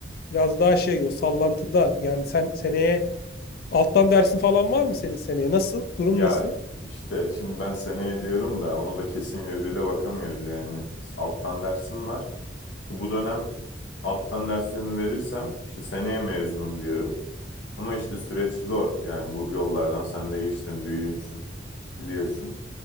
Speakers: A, on the left (about 55°); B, on the left (about 90°).
A: biraz daha şey o sallantıda yani sen seneye alttan dersin falan var mı senin seneye? Nasıl? Durum
B: Ya
A: nasıl?
B: işte şimdi ben seneye diyorum da onu da kesin gözüyle bakamıyoruz yani. Alttan dersim var. bu dönem alttan derslerimi verirsem işte seneye mezunum diyorum. Ama işte süreç zor. Yani bu yollardan sen de geçtin, büyüğümsün, biliyorsun.